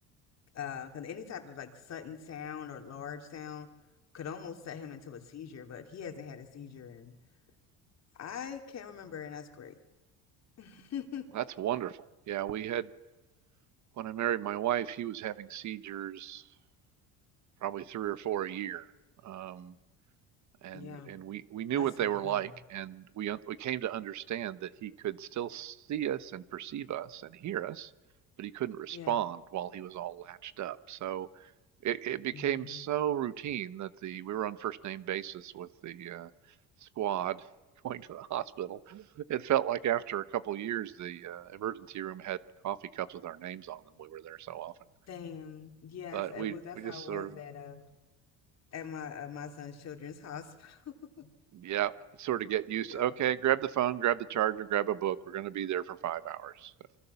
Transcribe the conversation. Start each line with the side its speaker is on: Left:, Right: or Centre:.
Left: Uh, 'cause any type of like sudden sound or large sound could almost set him into a seizure, but he hasn't had a seizure and I can't remember, and that's great. <laughs>
Right: That's wonderful. Yeah, we had when I married my wife, he was having seizures probably three or four a year. Um, and
Left: Yeah,
Right: and we we knew
Left: that's
Right: what they
Left: minimal.
Right: were like and we we came to understand that he could still see us and perceive us and hear us but he couldn't respond
Left: Yeah.
Right: while he was all latched up so it, it became
Left: hmm
Right: so routine that the we were on first name basis with the uh, squad <laughs> going to the hospital it felt like after a couple of years the uh, emergency room had coffee cups with our names on them we were there so often
Left: Same. Yes,
Right: but
Left: it
Right: we
Left: was. That's
Right: we just
Left: how it
Right: sort
Left: was
Right: of
Left: at uh at my uh, my son's children's hospital. <laughs>
Right: Yep. Sort of get used
Left: Yeah.
Right: to, okay, grab the phone, grab the charger, grab a book. We're going to be there for five hours.